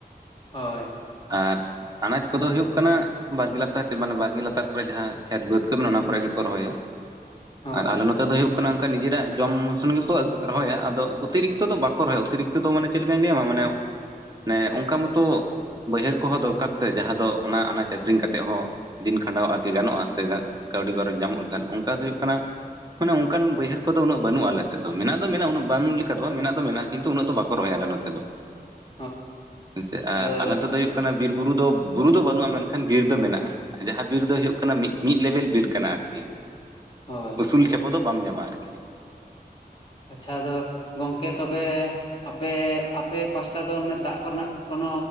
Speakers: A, on the left; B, on the right.
A: ᱦᱳᱭ
B: ᱟᱨ ᱟᱱᱟᱡ ᱠᱚᱫᱚ ᱦᱩᱭᱩᱜ ᱠᱟᱱᱟ᱾ ᱵᱟᱨᱜᱮ ᱞᱟᱛᱟᱨ ᱢᱟᱱᱮ ᱵᱟᱨᱮ ᱞᱟᱛᱟᱨ ᱠᱚᱨᱮ ᱡᱟᱦᱟᱸ ᱠᱷᱮᱛ ᱵᱟᱹᱫᱽ ᱠᱚ ᱢᱮᱱᱟᱜᱼᱟ ᱚᱱᱟ ᱠᱚᱨᱮ ᱜᱮᱠᱚ ᱨᱚᱦᱚᱭᱟ᱾
A: ᱦᱳᱭ
B: ᱟᱨ ᱟᱞᱮ ᱱᱚᱛᱮ ᱫᱚ ᱦᱩᱭᱩᱜ ᱚᱱᱠᱟ ᱱᱤᱡᱮᱨᱟᱜ ᱡᱚᱢ ᱢᱥᱚᱱ ᱜᱮᱠᱚ ᱨᱚᱦᱚᱭᱟ᱾ ᱟᱫᱚ ᱚᱛᱤᱨᱤᱠᱛᱚ ᱫᱚ ᱵᱟᱠᱚ ᱨᱚᱦᱚᱭᱟ ᱚᱛᱤᱨᱤᱠᱛᱚ ᱫᱚ ᱢᱟᱱᱮ ᱪᱮᱫ ᱞᱮᱠᱟᱧ ᱞᱟᱹᱭᱟᱢᱟ ᱢᱟᱱᱮ ᱚᱱᱠᱟ ᱢᱚᱛᱚ ᱵᱟᱹᱭᱦᱟᱹᱲ ᱠᱚᱦᱚᱸ ᱫᱚᱨᱠᱟᱨ ᱛᱮ ᱡᱟᱦᱟᱸ ᱫᱚ ᱚᱱᱟ ᱟᱱᱟᱡ ᱟᱠᱷᱨᱤᱧ ᱠᱟᱛᱮᱫ ᱦᱚᱸ ᱫᱤᱱ ᱠᱷᱟᱸᱰᱟᱣ ᱟᱨᱠᱤ ᱜᱟᱱᱚᱜᱼᱟ ᱥᱮ ᱠᱟᱹᱣᱰᱤ ᱜᱚᱨᱚᱡᱽ ᱧᱟᱢᱚᱜ ᱠᱷᱟᱱ ᱚᱱᱠᱟ ᱫᱚ ᱦᱩᱭᱩᱜ ᱠᱟᱱᱟ᱾ ᱢᱟᱱᱮ ᱚᱱᱠᱟᱱ ᱵᱟᱹᱭᱦᱟᱹᱨ ᱠᱚᱫᱚ ᱩᱱᱟᱹᱜ ᱵᱟᱹᱱᱩᱜᱼᱟ ᱟᱞᱮᱫ ᱫᱚ ᱢᱮᱱᱟᱜ ᱫᱚ ᱢᱮᱱᱟᱜᱼᱟ ᱩᱱᱟᱹ ᱵᱟᱹᱱᱜ ᱞᱮᱠᱟ ᱫᱚ ᱵᱟᱝ ᱢᱮᱱᱟᱜ ᱫᱚ ᱢᱮᱱᱟᱜᱼᱟ ᱠᱤᱱᱛᱩ ᱩᱱᱟᱹᱜ ᱫᱚ ᱵᱟᱠᱚ ᱨᱚᱦᱚᱭᱟ ᱟᱞᱮ ᱱᱚᱛᱮ ᱫᱚ᱾
A: <inaudible>
B: ᱦᱮᱸᱥᱮ ᱟᱨ
A: ᱟᱫᱚ
B: ᱟᱞᱮᱱᱛᱮ ᱫᱚ ᱦᱩᱭᱩᱜ ᱠᱟᱱᱟ ᱵᱤᱨ ᱵᱩᱨᱩ ᱫᱚ ᱵᱩᱨᱩ ᱫᱚ ᱵᱟᱹᱱᱩᱜᱼᱟ ᱢᱮᱱᱠᱷᱟᱱ ᱵᱤᱨ ᱫᱚ ᱢᱮᱱᱟᱜᱼᱟ᱾ ᱡᱟᱦᱟᱸ ᱵᱤᱨ ᱫᱚ ᱦᱩᱭᱩᱜ ᱠᱟᱱᱟ ᱢᱤᱫ ᱢᱤᱫ ᱞᱮᱵᱮᱞ ᱵᱤᱨ ᱠᱟᱱᱟ ᱟᱨᱠᱤ
A: ᱦᱳᱭ
B: ᱥᱩᱞ ᱪᱷᱟᱯᱚ ᱫᱚ ᱵᱟᱢ ᱧᱟᱢᱟ ᱟᱨᱠᱤ
A: ᱟᱪᱪᱷᱟ ᱟᱫᱚ ᱜᱚᱝᱠᱮ ᱛᱚᱵᱮ ᱟᱯᱮ ᱟᱯᱮ ᱯᱟᱥᱴᱟ ᱫᱚ ᱢᱟᱱᱮ ᱫᱟᱜ ᱠᱚᱨᱮᱱᱟᱜ ᱠᱚᱱᱚ